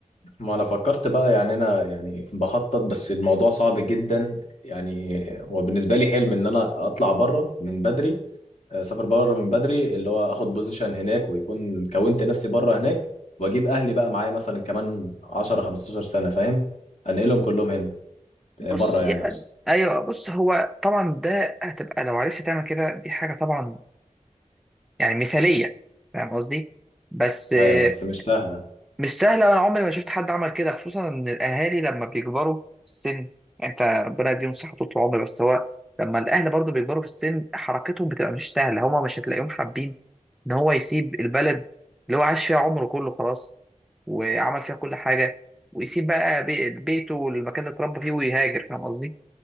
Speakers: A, on the left; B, in the centre.
A: ما انا فكرت بقى يعني انا يعني بخطط بس الموضوع صعب جدا يعني هو بالنسبه لي حلم ان انا اطلع بره من بدري آه، اسافر بره من بدري اللي هو اخد بوزيشن هناك ويكون كونت نفسي بره هناك واجيب اهلي بقى معايا مثلا كمان 10 15 سنه فاهم انقلهم كلهم هنا
B: بص
A: آه، بره يعني
B: يعني
A: اقصد
B: ايوه بص هو طبعا ده هتبقى لو عرفت تعمل كده دي حاجه طبعا يعني مثاليه فاهم قصدي بس آه،
A: ايوه بس مش سهله
B: مش سهله وانا عمري ما شفت حد عمل كده خصوصا ان الاهالي لما بيكبروا في السن يعني انت ربنا يديهم صحه طول العمر بس هو لما الاهل برضو بيكبروا في السن حركتهم بتبقى مش سهله هما مش هتلاقيهم حابين ان هو يسيب البلد اللي هو عاش فيها عمره كله خلاص وعمل فيها كل حاجه ويسيب بقى بي- بيته والمكان اللي اتربى فيه ويهاجر فاهم قصدي